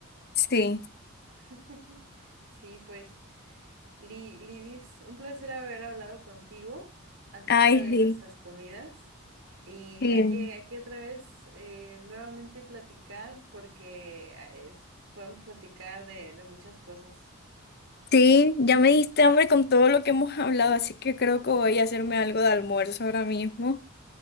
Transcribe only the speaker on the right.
<laughs> Sí, pues. Li- Lidis, un placer haber hablado contigo acerca
de
nuestras comidas y
hay que, hay que otra vez eh, nuevamente platicar porque ah, es- podemos platicar de, de muchas cosas.